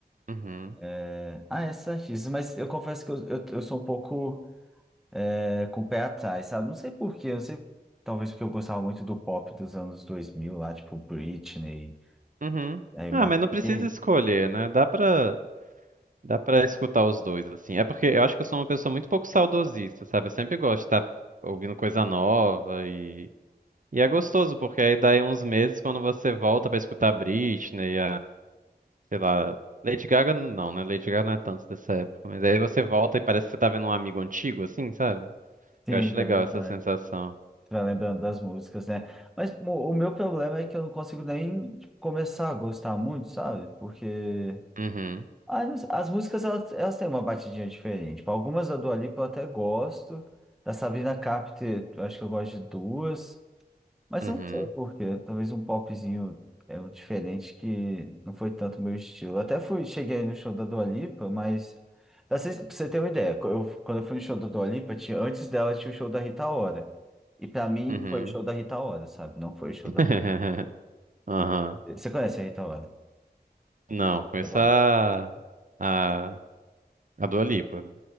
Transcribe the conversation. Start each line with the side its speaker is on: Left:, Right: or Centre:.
Right: Uhum.
Centre: É, Ah, esses artistas. Mas eu confesso que eu, eu, eu sou um pouco é, com o pé atrás, sabe? Não sei por quê, não sei. Talvez porque eu gostava muito do pop dos anos 2000, lá, tipo Britney.
Right: Uhum.
Centre: Aí eu
Right: Ah,
Centre: me apeguei.
Right: mas não precisa escolher, né? Dá pra, dá pra escutar os dois, assim. É porque eu acho que eu sou uma pessoa muito pouco saudosista, sabe? Eu sempre gosto de estar ouvindo coisa nova e... E é gostoso, porque aí daí uns meses, quando você volta pra escutar Britney, sei lá. Lady Gaga não, né? Lady Gaga não é tanto dessa época. Mas aí você volta e parece que você tá vendo um amigo antigo, assim, sabe?
Centre: Sim,
Right: Eu acho
Centre: é verdade.
Right: legal essa sensação.
Centre: Vai lembrando das músicas, né? Mas mo- o meu problema é que eu não consigo nem tipo, começar a gostar muito, sabe? Porque
Right: Uhum,
Centre: ah, não sei, as músicas elas, elas têm uma batidinha diferente. Tipo, algumas da Dua Lipa eu até gosto, da Sabrina Carpenter eu acho que eu gosto de duas. Mas
Right: uhum,
Centre: eu não sei por quê. Talvez um popzinho é um diferente que não foi tanto meu estilo. Eu Até fui, cheguei no show da Dua Lipa, mas pra você, pra você ter uma ideia, co- eu- quando eu fui no show da Dua Lipa, tinha, antes dela tinha o show da Rita Ora. E pra mim
Right: uhum.
Centre: foi o show da Rita Ora, sabe? Não foi o show
Right: <laughs>
Centre: da Dua
Right: Aham.
Centre: Lipa. Você conhece a Rita Ora?
Right: Não, conheço
Centre: Eu falo.
Right: a, a, a Dua Lipa.